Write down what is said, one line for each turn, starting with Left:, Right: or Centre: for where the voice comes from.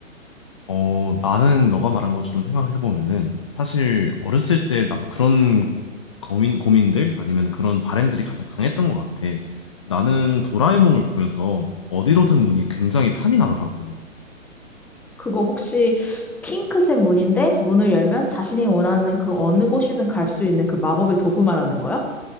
Left: 어, 나는 너가 말한 것처럼 생각을 해보면은 사실 어렸을 때 나도 그런 고민, 고민들 아니면 그런 바램들이 가장 강했던 것 같아. 나는 도라에몽을 보면서 어디로든 문이 굉장히 탐이 나더라고.
Centre: 그거 혹시 핑크색 문인데, 문을 열면 자신이 원하는 그 어느 곳이든 갈 수 있는 그 마법의 도구 말하는 거야?